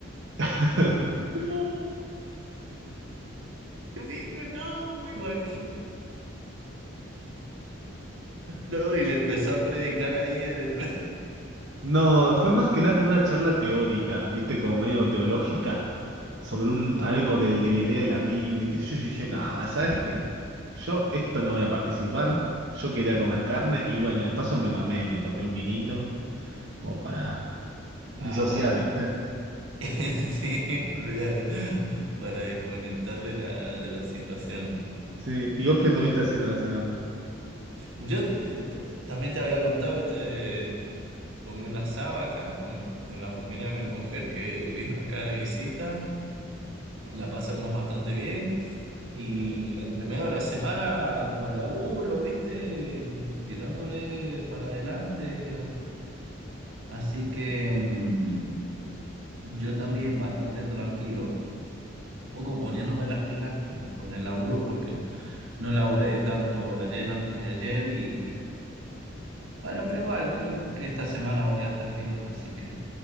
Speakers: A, on the right (about 55°); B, on the right (about 70°).
A: <laughs>
B: No, qué digo, no, me imagino. No, y le empezó a predicar ahí en el...
A: No, fue más que nada como una charla teórica, ¿viste? Como medio teológica, sobre un,
B: <laughs>
A: algo
B: Ah, bueno.
A: del- de, la idea de la Biblia, qué sé yo. Yo dije, no, ¿sabes qué? Yo esto no voy a participar. Yo quería comer carne y bueno, de paso me mamé, me tomé un vinito como para disociar,
B: Ah, bueno.
A: ¿viste?
B: <laughs> Sí, olvidado, para desconectarle la, de la situación.
A: Sí, ¿y vos qué anduviste haciendo la semana?
B: Yo eh, t- también te había contado, este, comí una asado acá con, con la familia de mi mujer que vino acá de visita. La pasamos bastante bien. Y entre medio de la semana con laburo, ¿viste? Tirándole para adelante. Así que mm, yo también bastante tranquilo. poco poniéndome las pilas con, con el laburo porque no laburé tanto ayer antes de ayer y bueno, pero igual creo que esta semana voy a estar bien, así que